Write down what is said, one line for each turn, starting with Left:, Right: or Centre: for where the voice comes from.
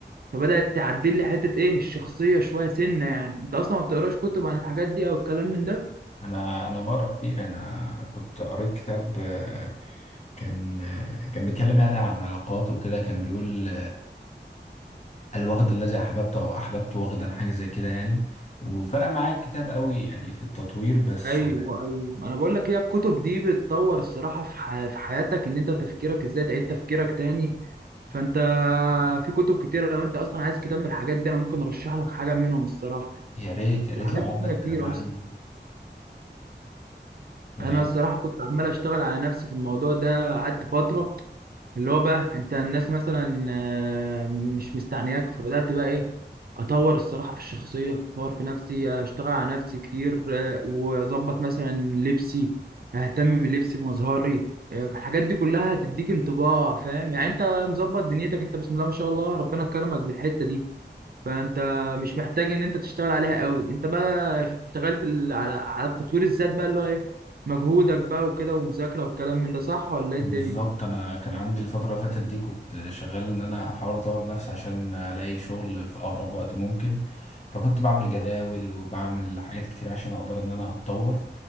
Right: فبدأت تعدل لي حتة إيه الشخصية شوية سنة يعني أنت أصلا ما بتقراش كتب عن الحاجات دي أو الكلام من ده
Left: أنا أنا بقرأ كتير أنا كنت قريت كتاب آه، كان آه، كان بيتكلم يعني عن العلاقات وكده كان بيقول الوغد الذي أحببته أو أحببت وغدا حاجة زي كده يعني وفرق معايا الكتاب قوي يعني في التطوير بس
Right: أيوه أيوه ما أنا بقول لك هي الكتب دي بتطور الصراحة في ح- في حياتك إن أنت تفكيرك إزاي تعيد تفكيرك تاني فأنت في كتب كتيرة لو أنت أصلا عايز كتاب من الحاجات دي أنا ممكن أرشح لك حاجة منهم الصراحة يعني.
Left: يا ريت يا ريت
Right: وحاجات
Left: لو عندك
Right: تانية كتير
Left: معلومة
Right: أصلا
Left: أنا
Right: أنا الصراحة كنت عمال أشتغل على نفسي في الموضوع ده قعدت فترة اللي هو بقى انت الناس مثلا آه، مش مستعنياك فبدات بقى ايه اطور الصراحه في الشخصيه اطور في نفسي اشتغل على نفسي كتير آه، واظبط مثلا لبسي اهتم بلبسي بمظهري آه، الحاجات دي كلها هتديك انطباع فاهم يعني انت مظبط دنيتك انت بسم الله ما شاء الله ربنا كرمك بالحته دي فانت مش محتاج ان انت تشتغل عليها قوي انت بقى اشتغلت ال- على على التطوير الذات بقى اللي هو ايه مجهودك بقى وكده ومذاكره والكلام من ده صح ولا ايه
Left: بالظبط
Right: الدنيا
Left: أنا كان عندي الفترة اللي فاتت دي كنت شغال إن أنا أحاول أطور نفسي عشان ألاقي شغل في أقرب وقت ممكن فكنت بعمل جداول وبعمل حاجات كتير عشان أقدر إن أنا أتطور